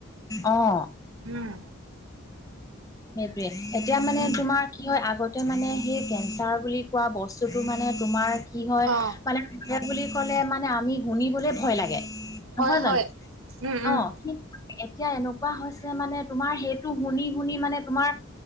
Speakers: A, on the left; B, on the right.
A: অহ।
B: উম,
A: সেইটোৱে এতিয়া মানে
B: উম,
A: তোমাৰ কি হয় আগতে মানে সেই কেন্ঞ্চাৰ বুলি কোৱা বস্তুটো মানে তোমাৰ কি হয়
B: অ',
A: মানে বুলি কলে মানে আমি শুনিবলে ভয় লাগে নহয়
B: হয়, হয়,
A: জানো?
B: উম, উম,
A: অঁ। এতিয়া এনেকুৱা হৈছে মানে তোমাৰ সেইটো শুনি শুনি মানে তোমাৰ